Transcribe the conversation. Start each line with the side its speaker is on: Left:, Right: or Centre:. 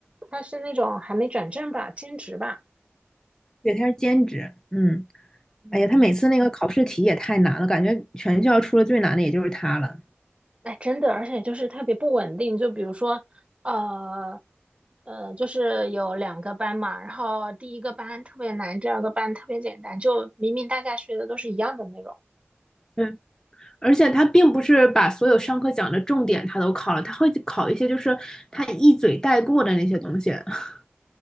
Right: 他是那种还没转正吧，兼职吧，
Left: 对，他是兼职，嗯，
Right: 嗯。
Left: 哎呀，他每次那个考试题也太难了，感觉全校出了最难的也就是他了。
Right: 哎，真的，而且就是特别不稳定。就比如说，呃，呃，就是有两个班嘛，然后第一个班特别难，第二个班特别简单，就明明大家学的都是一样的内容，
Left: 嗯，而且他并不是把所有上课讲的重点他都考了，他会考一些就是他一嘴带过的那些东西。<laughs>